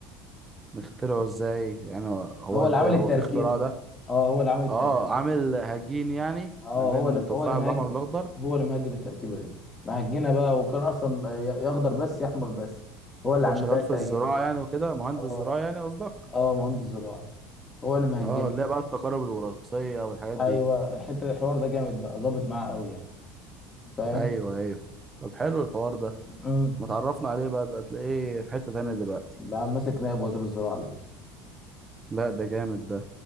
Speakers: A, on the right (about 20°); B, on the left (about 25°).
A: مخترعه ازاي يعني هو هو
B: هو اللي
A: ده
B: عامل
A: هو
B: التركيبه
A: في اختراع ده
B: اه هو اللي عامل التركيبه
A: اه عامل هجين يعني
B: اه
A: ما بين
B: هو اللي
A: التفاح
B: هو اللي
A: الاحمر
B: مهاجم
A: والاخضر
B: هو اللي مهاجم التركيبه دي مهجنه بقى وكان اصلا ي- يا اخضر بس يا احمر بس هو اللي
A: هو
B: عامل
A: شغال
B: لها
A: في
B: تهجين
A: الزراعه يعني وكده مهندس
B: اه
A: زراعه يعني قصدك
B: اه مهندس زراعه هو اللي مهجنه
A: اه اللي هي بقى التقارب الوراثيه والحاجات
B: ايوه
A: دي
B: الحته الحوار ده جامد بقى ظابط معاه قوي يعني فاهم
A: ايوه ايوه طب حلو الحوار ده
B: امم
A: ما تعرفنا عليه بقى ده هتلاقيه في حته تانية دلوقتي
B: اللي عم ماسك نائب وزير الزراعه ده
A: لا ده جامد ده